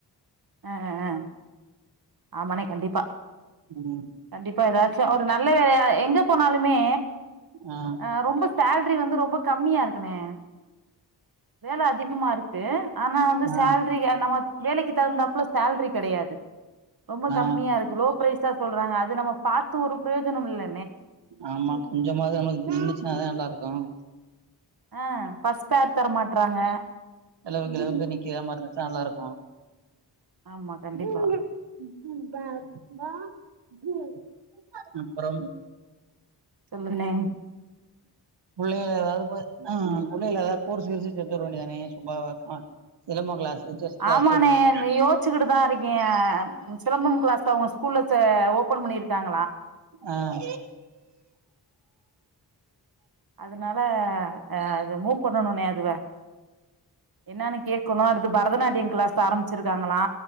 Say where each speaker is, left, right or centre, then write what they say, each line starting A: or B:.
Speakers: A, on the right (about 55°); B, on the right (about 75°).
A: ஆஹ்ஹ் ஆஹ் ஆமானே கண்டிப்பா
B: ம்.
A: கண்டிப்பா ஏதாச்சும் ஒரு நல்ல யேலையா எங்க போனாலுமே
B: ஆ.
A: அஹ ரொம்ப சேலரி வந்து ரொம்ப கம்மியா இருக்குனே வேல அதிகமா இருக்கு ஆனா வந்து
B: ஆ.
A: சேல்ரி நம்ம வேலைக்கு தகுந்தாப்புல சேல்ரி கிடையாது ரொம்ப
B: ஆ.
A: கம்மியா இருக்கு லோ ப்ரைஸா சொல்றாங்க அது நம்ம பாத்து ஒரு பிரயோஜனம் இல்ல
B: ஆமா கொஞ்சமாது நம்மக்கு தின்னுச்சுன்னாதான் நல்லா இருக்கும்
A: ஆஹ பஸ்பேர் தர மாட்டறாங்க
B: செலவுக்கு கிலவுக்கு நிக்க ஏதாமாந்துச்சா நல்லா இருக்கும்
A: ஆமா கண்டிப்பா
B: <unintelligible> வா <unintelligible> அப்பறோம்
A: சொல்னே
B: புள்ளைகள ஏதாவது ஆஹ புள்ளைகள ஏதாவது கோர்ஸ் கிர்சு சேத்துவிட வேண்டியதானே சுபாவ தான் சிலம்பம் கிளாஸ் செஸ் கிளாஸ்
A: ஆமானே
B: அந்த மாரி
A: நீ யோசிச்சுக்கிட்டு தான் இருக்கேன் சிலம்பம் கிளாஸ்ல அவங்க ஸ்கூல்ல ஓபன் பண்ணிருக்காங்க
B: ஆஹ
A: அதனால அஹஅது மூ வு பண்ணணும்னே அதுவ என்னன்னு கேட்கணும் அடுத்து பரதநாட்டியம் கிளாஸ் ஆரம்பிச்சிருக்காங்களா